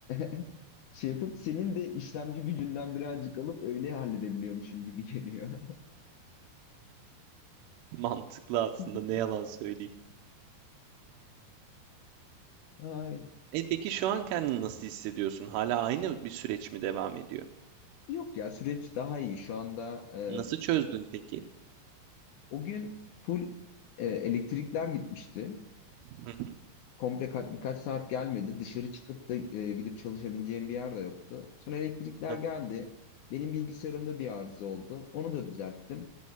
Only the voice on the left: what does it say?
<laughs> şey yapıp senin de işlemci gücünden birazcık alıp öyle halledebiliyormuşum gibi geliyor.
<laughs>
Ay.
Yok ya süreç daha iyi. Şu anda e,
o gün full e, elektrikler gitmişti.
komple ka- birkaç saat gelmedi. Dışarı çıkıp da e, gidip çalışabileceğim bir yer de yoktu. Sonra elektrikler
geldi. Benim bilgisayarımda bir arıza oldu. Onu da düzelttim.